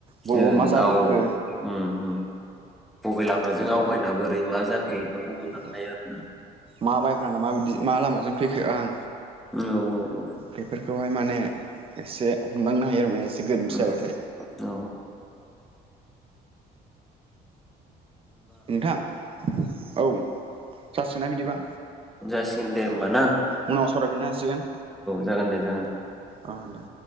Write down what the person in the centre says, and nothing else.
ओं
गाव उम उम बबे लामाजों आवगायना बोरै मा जाखो बेफोरखौ हमदां
हायो आरोना
औ औ औ।
उम
औ
जासिगोन दे होमबाना?
जागोन दे जागोन